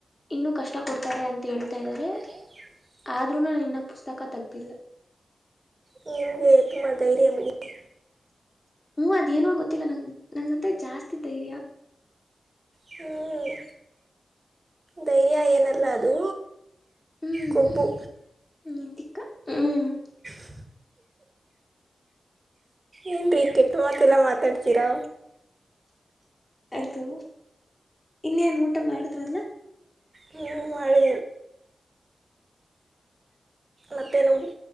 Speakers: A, on the left (about 25°); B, on the right (about 35°).
A: ಇನ್ನುೂ ಕಷ್ಟ ಕೊಡ್ತಾರೆ ಅಂತ ಹೇಳ್ತಾ ಇದ್ದಾರೆ.
B: ಹ.
A: ಆದ್ರೂನು ಇನ್ನ ಪುಸ್ತಕ ತಗ್ದಿಲ್ಲ.
B: ಹಗೆ ತುಮಾರ ಧೈರ್ಯ ಬನ್ನ.
A: ಹ್ಮ್ ಅದೇಏನೋ ಗೊತ್ತಿಲ್ಲ ನಂಗ ನಂಗಂತ ಜಾಸ್ತಿ ಧೈರ್ಯ.
B: ಹ್ಮ್ ಧೈರ್ಯ ಏನಲ್ಲ ಅದು
A: ಹ್ಮ್
B: ಕೊಬು.
A: ನೀನ್ ತಿಕ್ಕ ಹ್ಮ್.
B: <unintelligible> <inaudible> <inaudible> ಏನು ರೀ ಕೆಟ್ಟ ಮಾತ್ತಲ್ಲ ಮಾತಾಡ್ತೀರಾ.
A: ಅರ್ದುು ಇನ್ನೇನ್ ಊಟ ಮಾಡಿದ್ರಲ್ಲ.
B: ಹ್ಞೂ ಮಾಡಿ ಮತ್ತೇನು